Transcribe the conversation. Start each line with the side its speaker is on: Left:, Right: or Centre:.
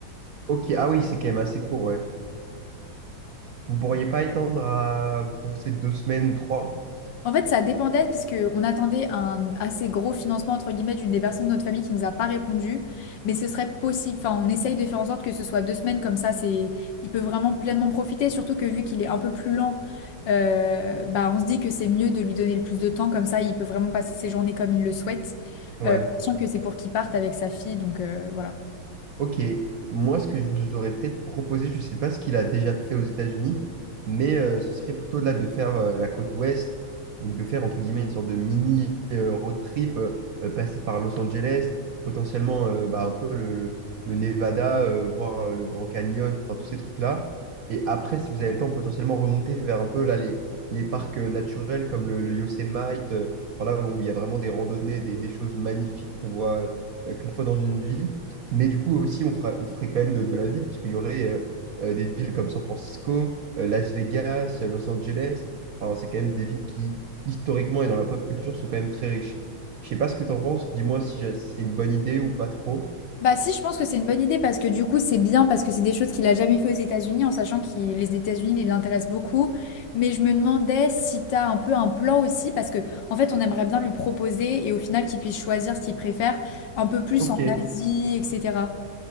Right: Ok, ah oui c'est quand même assez court, ouais. Vous pourriez pas étendre à, vous pensez deux semaines ou trois?
Left: En fait, ça dépendait parce que on attendait un assez gros financement entre guillemets d'une des personnes de notre famille qui nous a pas répondu, mais ce serait possible. Enfin, on essaye de faire en sorte que ce soit deux semaines comme ça, c'est, il peut vraiment pleinement profiter. Surtout que vu qu'il est un peu plus lent, euh, bah on se dit que c'est mieux de lui donner le plus de temps comme ça, il peut vraiment passer ses journées comme il le souhaite,
Right: Ouais.
Left: euh, en sachant que c'est pour qu'il parte avec sa fille, donc euh, voilà.
Right: Ok, moi ce que je vous aurais peut-être proposé, je ne sais pas ce qu'il a déjà fait aux États-Unis, mais euh, ce serait plutôt là de faire euh, la côte ouest, donc de faire entre guillemets une sorte de mini euh, road trip, euh, euh, passer par Los Angeles, potentiellement euh, bah, un peu le, le- le Nevada, euh, voir euh, le Grand Canyon, enfin tous ces trucs-là. Et après, si vous avez le temps, potentiellement remonter vers un peu là les, les parcs euh, naturels comme le, le Yosemite, euh, voilà, où il y a vraiment des randonnées, des, des choses magnifiques qu'on voit euh, qu'une fois dans une vie. Mais du coup, aussi, on fera on ferait quand même de, de la ville, parce qu'il y aurait euh, euh, des villes comme San Francisco, euh, Las Vegas, euh, Los Angeles. Enfin, c'est quand même des villes qui, historiquement et dans la pop culture, sont quand même très riches. Je sais pas ce que tu en penses. Dis-moi si j'ai- c'est une bonne idée ou pas trop.
Left: Bah si, je pense que c'est une bonne idée parce que du coup c'est bien parce que c'est des choses qu'il a jamais fait aux États-Unis en sachant que les États-Unis ils l'intéressent beaucoup. Mais je me demandais si t'as un peu un plan aussi parce que en fait on aimerait bien lui proposer et au final qu'il puisse choisir ce qu'il préfère un peu plus
Right: Ok.
Left: en Asie, etc.